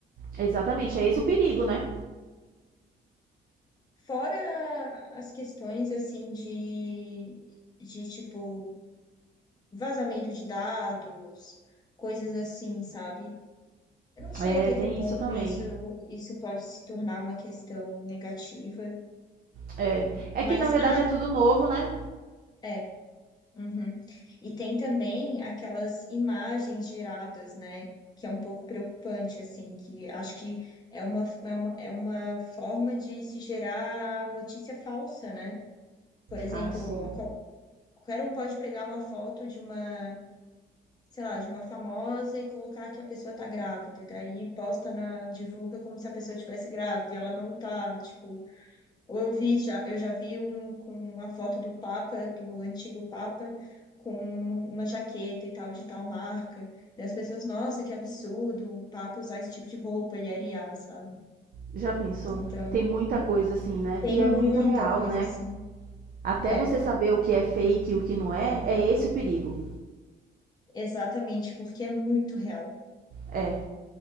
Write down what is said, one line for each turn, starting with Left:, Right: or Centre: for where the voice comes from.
Right: exatamente. É esse o perigo, né?
Left: Fora as questões, assim, de, de, tipo, vazamento de dados, coisas assim, sabe? Eu não sei
Right: É,
Left: até
Right: tem
Left: que ponto
Right: isso também.
Left: isso, isso pode se tornar uma questão negativa,
Right: É. É
Left: mas,
Right: que na verdade
Left: ah,
Right: é tudo novo, né?
Left: é. Uhum. E tem também aquelas imagens geradas, né? Que é um pouco preocupante, assim, que acho que é uma, é uma, é uma forma de se gerar notícia falsa, né? Por exemplo,
Right: Ah, sim.
Left: a qual- qualquer um pode pegar uma foto de uma, sei lá, de uma famosa e colocar que a pessoa tá grávida, daí posta na, divulga como se a pessoa estivesse grávida e ela não tá, tipo. Ou eu vi já, eu já vi um com uma foto do Papa, do antigo Papa, com uma jaqueta e tal, de tal marca. E as pessoas, nossa, que absurdo o Papa usar esse tipo de roupa e arear, sabe?
Right: Já pensou?
Left: Então,
Right: Tem muita coisa assim, né?
Left: tem
Right: E é
Left: muita
Right: muito real,
Left: coisa
Right: né?
Left: assim.
Right: Até
Left: É,
Right: você saber o que é fake e o que não é, é esse o perigo.
Left: exatamente, porque é muito real.
Right: É.